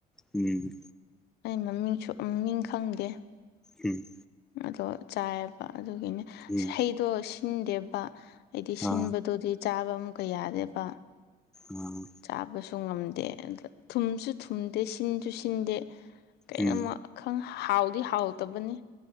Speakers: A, in the centre; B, on the left.
A: ꯎꯝ
B: ꯑꯩ ꯃꯃꯤꯡꯁꯨ ꯃꯃꯤꯡ ꯈꯪꯗꯦ
A: ꯎꯝ
B: ꯑꯗꯣ ꯆꯥꯏꯑꯌꯦꯕ ꯑꯗꯨꯒꯤꯅꯦ
A: ꯎꯝ
B: ꯍꯩꯗꯣ ꯁꯤꯟꯗꯦꯕ ꯑꯩꯗꯤ
A: ꯑꯥ
B: ꯁꯤꯟꯕꯗꯨꯗꯤ ꯆꯥꯕ ꯑꯃꯨꯛꯀ ꯌꯥꯗꯦꯕ
A: ꯎꯝ
B: ꯆꯥꯕꯁꯨ ꯉꯝꯗꯦ ꯑ ꯊꯨꯝꯁꯨ ꯊꯨꯝꯗꯦ ꯁꯤꯟꯁꯨ ꯁꯤꯟꯗꯦ ꯀꯅꯣꯝꯃꯛ
A: ꯎꯝ
B: ꯈꯪ ꯍꯥꯎꯗꯤ ꯍꯥꯎꯗꯕꯅꯤ